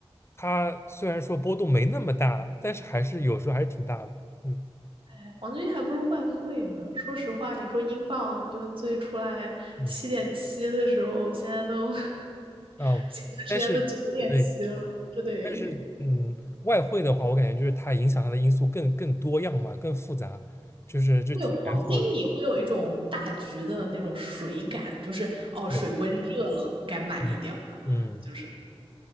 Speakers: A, on the left; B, on the right.
A: 它虽然说波动没那么大，但是还是有时候还是挺大的。嗯
B: 哎黄金还不如外汇呢。说实话，你说英镑，你就最出来七点七的时候，
A: 嗯
B: 现在都 <laughs>
A: 哦，
B: 前段时间都九点七了，
A: 但是对。
B: 这得
A: 但是，嗯，外汇的话，我感觉就是它影响它的因素更更多样嘛，更复杂，就是就挺难说的。
B: 对黄金，你会有一种大局的那种水感，就是哦，
A: 对，
B: 水温热了，该买一点儿，
A: 嗯嗯，
B: 就是